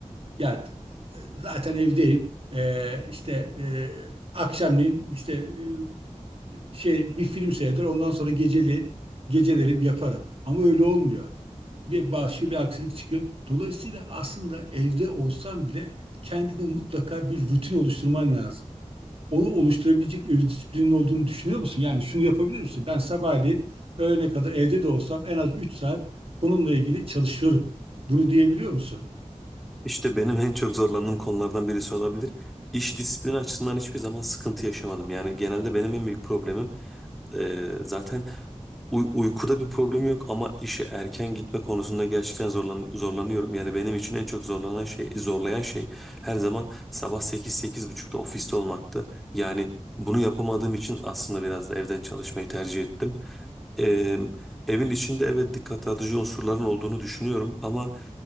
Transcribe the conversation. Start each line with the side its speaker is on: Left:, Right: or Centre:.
Right: Ya e, zaten evdeyim. E, işte e, akşamleyin işte e, şey bir film seyreder. Ondan sonra geceli geceleri yaparım. Ama öyle olmuyor. Bir başka bir aksilik çıkıyor. Dolayısıyla aslında evde olsan bile kendine mutlaka bir rutin oluşturman lazım. Onu oluşturabilecek öz disiplinin olduğunu düşünüyor musun? Yani şunu yapabilir misin? Ben sabahleyin öğlene kadar evde de olsam en az 3 saat bununla ilgili çalışıyorum. Bunu diyebiliyor musun?
Centre: İşte benim en çok zorlandığım konulardan birisi olabilir. İş disiplini açısından hiçbir zaman sıkıntı yaşamadım. Yani genelde benim en büyük problemim e, zaten uy- uykuda bir problem yok ama işe erken gitme konusunda gerçekten zorlan zorlanıyorum. Yani benim için en çok zorlanan şey, zorlayan şey her zaman sabah sekiz sekiz buçukta ofiste olmaktı. Yani bunu yapamadığım için aslında biraz da evden çalışmayı tercih ettim. E, evin içinde evet dikkat dağıtıcı unsurların olduğunu düşünüyorum ama.